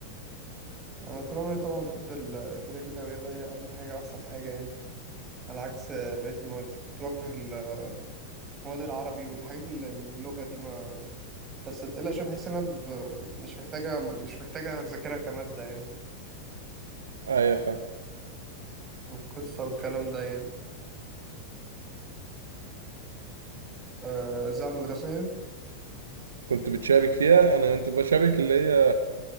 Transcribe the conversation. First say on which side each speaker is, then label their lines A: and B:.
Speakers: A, on the right; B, on the right.
A: انا طول عمري طبعا بحب ال... كده كده الرياضة هي اهم حاجة احسن حاجة يعني على عكس آه، بقية المواد كنت بكره المواد العربي والحاجات اللي- اللغة دي ما بس تقيلة شوية بحس ان انا ب... مش محتاجة مش محتاجة اذاكرها كمادة يعني
B: ايوه فاهم
A: والقصة والكلام ده يعني آه، الإذاعة المدرسية
B: كنت بتشارك فيها انا كنت بشارك اللي هي